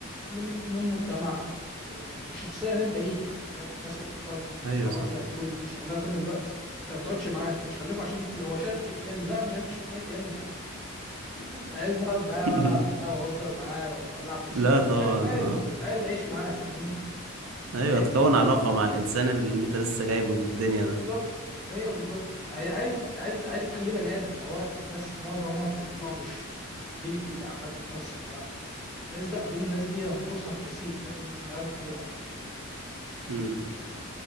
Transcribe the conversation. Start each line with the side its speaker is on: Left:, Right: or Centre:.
Centre: من من المجتمع إيه، شخصيا انت ليك يعني فاهم الناس اللي بتقعد
Right: ايوه
Centre: العاطيه
Right: صح
Centre: طول شغلها كل الوقت انت ما بتقعدش معاه انت مش خليفه عشان تش- هو شايفك اي تي ام لا انا مش عايز اشوف اي تي ام يا عم أنا عايز نقعد معاه
Right: <laughs>
Centre: والعب معاه واهزر معاه والعب بلاي
Right: لا
Centre: ستيشن معاه.
Right: طبعا
Centre: فاهم انا عايز
Right: آه.
Centre: عايز اعيش معاه فاهمني
Right: ايوه
Centre: هي
Right: تكون
Centre: دي الفكره
Right: علاقة
Centre: يعني
Right: مع الانسان اللي انت لسه جايبه للدنيا ده
Centre: بالظبط هي بالظبط عاي- عايز عايز عايز تخليه بني ادم هو الناس معظمها بيطلع مش الجيل الجديد عامه تحس ان هو الناس ده دي الناس دي ينقصها الكثير فاهمني مش عارف ايه والله
Right: امم